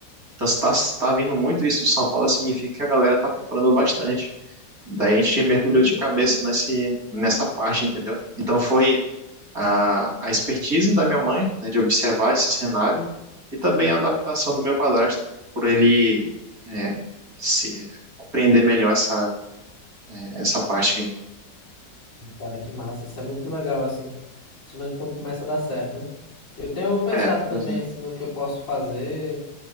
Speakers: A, on the right; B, on the left.
A: então se tá, se tá vindo muito isso de São Paulo, significa que a galera está comprando bastante. Daí a gente mergulhou
B: Hum,
A: de cabeça nesse, nessa parte, entendeu? Então foi a, a expertise da minha mãe, né, de observar esse cenário, e também a adaptação do meu padrasto, por ele é, se compreender melhor essa, essa parte aí.
B: Cara, que massa. Isso é muito legal, assim. Principalmente quando começa a dar certo, né? Eu tenho pensado
A: É, pois
B: também,
A: é.
B: assim, no que eu posso fazer,